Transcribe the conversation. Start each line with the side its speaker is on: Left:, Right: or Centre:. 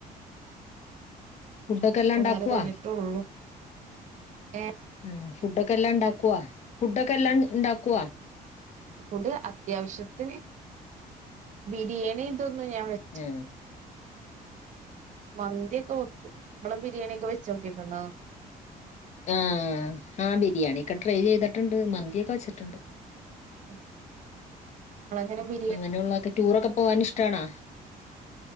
Left: ഫുഡൊക്കെ എല്ലാം
Right: ഒന്നര
Left: ണ്ടാക്ക്യോ
Right: കഴിഞ്ഞിട്ടൊള്ളൂ ഏ
Left: ഉം ഫുഡൊക്കെ എല്ലാംണ്ടാക്കോ ഫുഡൊക്കെ എല്ലാംൺ ണ്ടാക്കോ
Right: ഫുഡ് അത്യാവശ്യത്തിന് ബിരിയാണി തൊന്നും ഞാൻ വെ
Left: എഹ്
Right: മന്തിയെക്കെ വക്കും ങ്ങള് ബിരിയാണിക്കെ വെച്ചോക്കിറ്റ്ണ്ടോ
Left: ആഹ് ആഹ് ബിരിയാണിക്കെ ട്രൈ ചെയ്തട്ട്ണ്ട് മന്തിയൊക്കെ വെച്ട്ട്ണ്ട്
Right: ങ്ങളങ്ങനെ ബി
Left: അങ്ങനെയുള്ളക്കെ റ്റൂറൊക്കെ പോവാനിഷ്ടണാ